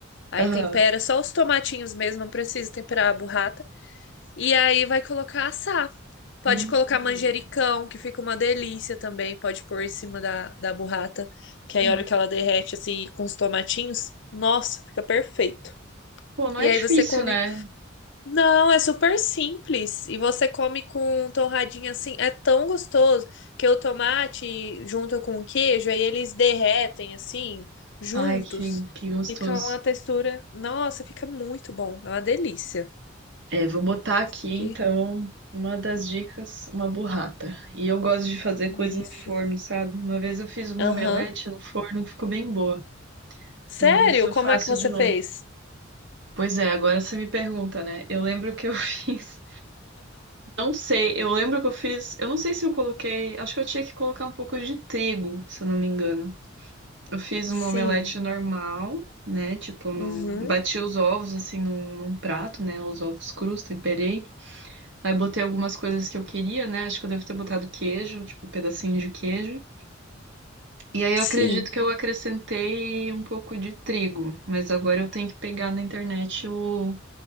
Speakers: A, on the left; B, on the right.
A: Aí
B: Aham.
A: tempera só os tomatinhos mesmo, não precisa temperar a burrata. E aí vai colocar assar. Pode
B: Hum,
A: colocar manjericão, que fica uma delícia também. Pode pôr em cima da, da burrata, que aí
B: hum.
A: a hora que ela derrete, assim, com os tomatinhos, nossa, fica perfeito.
B: Pô, não
A: E
B: é
A: aí
B: difícil,
A: você come.
B: né?
A: Não, é super simples. E você come com torradinha assim. É tão gostoso que o tomate junto com o queijo, aí eles derretem assim, juntos.
B: Ai, que, que gostoso.
A: Fica uma textura. Nossa, fica muito bom. É uma delícia.
B: É, vou botar aqui,
A: Aqui.
B: então, uma das dicas, uma burrata. E eu gosto de fazer coisa
A: Isso.
B: no forno, sabe? Uma vez eu fiz uma
A: Aham.
B: omelete no forno, ficou bem boa.
A: Sério?
B: Eu vou ver se eu
A: Como
B: faço
A: é que você
B: de novo.
A: fez?
B: Pois é, agora você me pergunta, né? Eu lembro que eu <laughs> fiz. Não sei, eu lembro que eu fiz. Eu não sei se eu coloquei. Acho que eu tinha que colocar um pouco de trigo, se eu não me engano. Eu fiz
A: Sim.
B: uma omelete normal, né? Tipo, num...
A: Uhum.
B: bati os ovos assim num, num prato, né? Os ovos crus, temperei. Aí botei algumas coisas que eu queria, né? Acho que eu devo ter botado queijo, tipo, um pedacinho de queijo. E aí eu
A: Sim.
B: acredito que eu acrescentei um pouco de trigo, mas agora eu tenho que pegar na internet o...